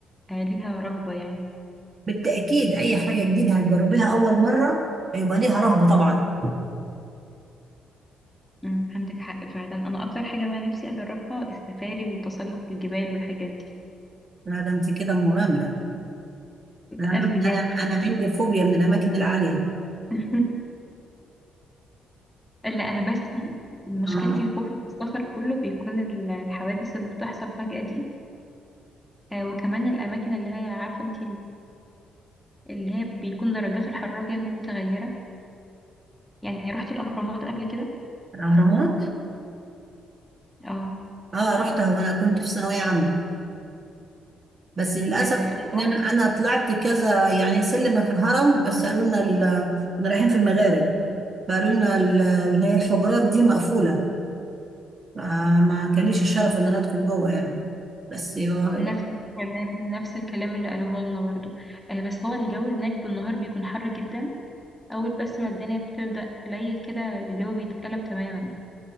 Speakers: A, in the centre; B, on the right.
A: آه، ليها رهبة يعني
B: بالتأكيد أي حاجة جديدة هتجربيها أول مرة هيبقى ليها رهبة طبعا
A: أمم، عندك حق فعلا أنا أكتر حاجة بقى نفسي أجربها السفاري وتسلق الجبال والحاجات دي
B: لا ده انت كده مغامرة أنا
A: قلبي جامد
B: أنا أنا عندي فوبيا من الأماكن العالية
A: <laughs> لا أنا بس مشكلتي
B: آه
A: خوفي من السفر كله بيكون ال- الحوادث اللي بتحصل فجأة دي آه، وكمان الأماكن اللي هي عارفة أنت اللي هي بيكون درجات الحرارة فيها متغيرة يعني رحتي الأهرامات قبل كده؟
B: الأهرامات
A: اه
B: اه رحتها وأنا كنت في ثانوية عامة بس للاسف
A: آه، أنا
B: يعني
A: رحت.
B: انا أنا طلعت كذا يعني سلمه في الهرم بس قالوا لنا ال- كنا رايحين في المغارب فقالوا لنا ال- اللي هي الحجرات دي مقفوله فما كان ليش الشرف ان انا ادخل جوه يعني بس يو-
A: نفس الكلام نفس الكلام اللي قالوه لنا برضو آه بس هو الجو هناك بالنهار بيكون حر جدا أول بس ما الدنيا بتبدأ تليل كده الجو بيتقلب تماما